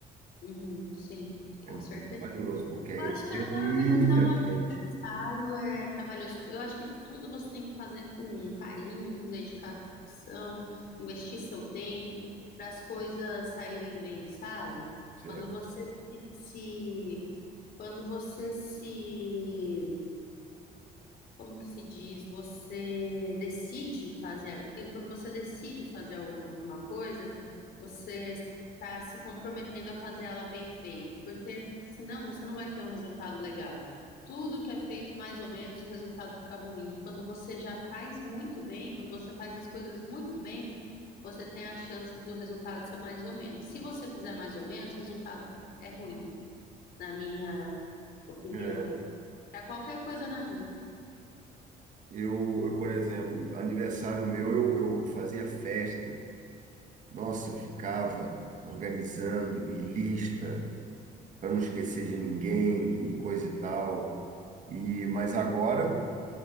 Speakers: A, on the left (about 65°); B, on the right (about 50°).
A: Uhum. Sim,
B: É
A: com
B: muito
A: certeza.
B: trabalhoso, porque aí
A: Eu acho
B: eu atendo
A: que até
B: muita
A: organizar um
B: gente.
A: aniversário é trabalhoso. Eu acho que tudo você tem que fazer com carinho, com dedicação, investir seu tempo para as coisas saírem bem, sabe?
B: certo?
A: Quando você se, se- quando você se como que se diz, você decide fazer aquilo, quando você decide fazer alguma uma coisa, você está se comprometendo a fazer ela bem feita, porque senão você não vai ter um resultado legal. Tudo que é feito mais ou menos, o resultado fica ruim. Quando você já faz muito bem, quando você faz as coisas muito bem, você tem a chance do resultado ser mais ou menos. Se você fizer mais ou menos, o resultado é ruim, na minha opinião.
B: É.
A: Para qualquer coisa na vida.
B: Eu, eu, por exemplo, aniversário meu, eu, eu fazia festa. Nossa, eu ficava organizando e lista para não esquecer de ninguém e coisa e tal. E, mas agora